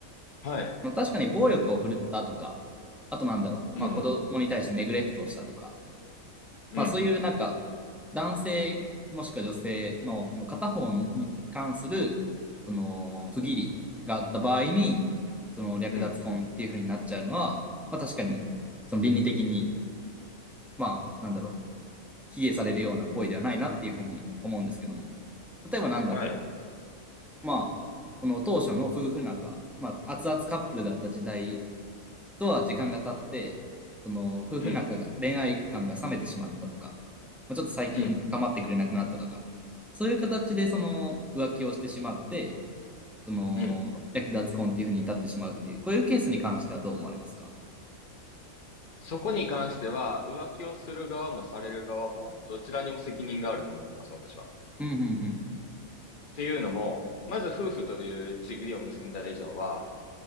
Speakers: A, on the left; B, in the centre.
A: はい。
B: 確かに暴力を振るったとか、あとなんだろう、
A: うん。
B: まあ子供に対してネグレクトをしたとか、
A: うん。
B: まあそういうなんか、男性もしくは女性のその片方に関する、その不義理があった場合に、その略奪婚っていう風になっちゃうのは、
A: うん。
B: まあ確かに、その倫理的に、まあなんだろう、卑下されるような行為ではないなっていう風に思うんですけども、例えばなんだろ
A: はい。
B: まあ、この当初の夫婦仲、まあ、熱々カップルだった時代とは時間が経って、その夫婦仲が、
A: うん。
B: 恋愛感が冷めてしまったとか、まあ、ちょっと最近構ってくれなくなったとか、
A: うん。
B: そういう形でその浮気をしてしまって、その略奪婚っていうふうに至ってしまうっていう、
A: うん。
B: こういうケースに関してはどう思われますか
A: そこに関しては、浮気をする側もされる側も、どちらにも責任があると思ってます、私は。っ
B: うんうんうん。
A: ていうのも、まず夫婦という契りを結んだ以上は、